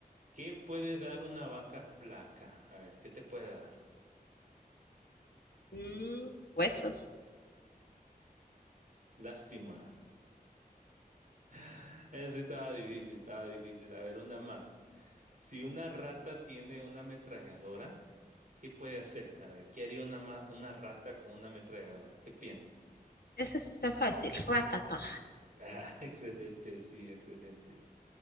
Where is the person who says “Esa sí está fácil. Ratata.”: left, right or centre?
Left